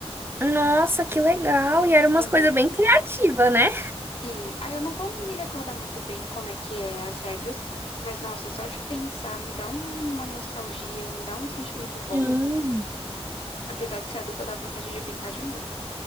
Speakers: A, on the right; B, on the left.
A: Nossa, que legal! E eram umas
B: É muito
A: coisas bem criativas, né?
B: Sim, ah, eu não vou me recordar muito bem como é que é as regras, mas nossa, só de pensar me dá um- uma nostalgia, me dá um sentimento bom.
A: Sim.
B: Apesar de ser adulta, dá vontade de brincar de novo.